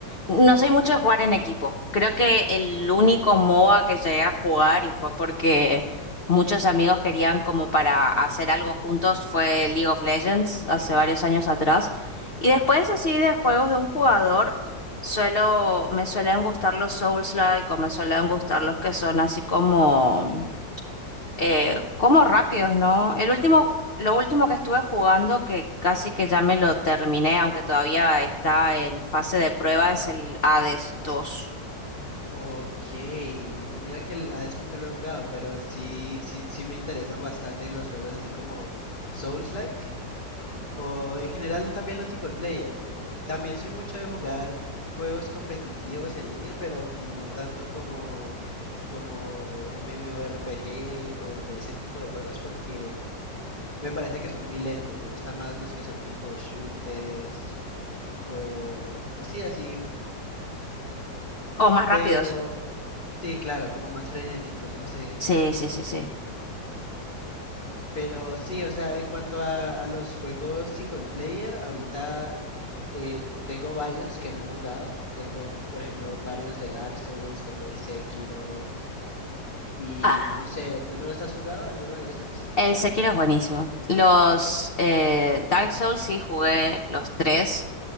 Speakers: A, on the left (about 65°); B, on the left (about 30°).
A: No soy mucho de jugar en equipo. Creo que el único MOBA que llegué a jugar y fue porque muchos amigos querían como para hacer algo juntos fue League of Legends hace varios años atrás. Y después así de juegos de un jugador, suelo, me suelen gustar los Souls-like o me suelen gustar los que son así como eh, como rápidos, ¿no? El último, lo último que estuve jugando, que casi que ya me lo terminé, aunque todavía está en fase de prueba, es el Hades dos
B: Ok, y mira que el Hades nunca lo he jugado, pero sí, sí, sí me interesan bastante los juegos así como Souls-like o en general también los single player. También soy mucho de jugar juegos competitivos en línea, pero no tanto como como MMORPG o de ese tipo de juegos porque me parece que son muy lentos. Me gustan más los que son tipo shooters o o sí así,
A: O más
B: pero
A: rápidos.
B: sí, claro, como más frenéticos, no sé.
A: Sí, sí, sí, sí.
B: Pero sí, o sea, en cuanto a, a los juegos single player, ahorita eh, tengo varios que no he jugado. Tengo, por ejemplo, varios de Dark Souls, tengo el Sekiro y
A: Ah,
B: no sé, ¿tú no los has jugado alguno de esos?
A: el Sekiro es buenísimo. Los eh, Dark Souls sí jugué los tres.